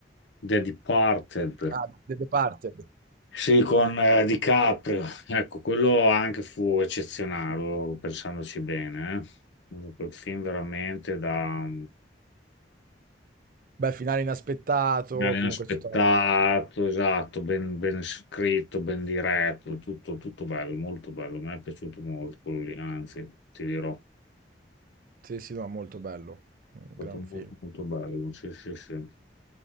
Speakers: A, on the left; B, on the right.
A: The Departed.
B: Ah, The Departed.
A: Sì, con eh, DiCaprio. Ecco, quello anche fu eccezionale, oh, pensandoci bene, eh. Quel film veramente da,
B: Beh, finale inaspettato,
A: Finale inaspettato,
B: comunque tutta...
A: esatto, ben, ben scritto, ben diretto, tutto, tutto bello, molto bello. Mi è piaciuto molto quello lì, anzi, ti dirò, è
B: Sì, sì, no, molto bello, un
A: stato
B: gran
A: molto,
B: film.
A: molto bello. Sì, sì, sì.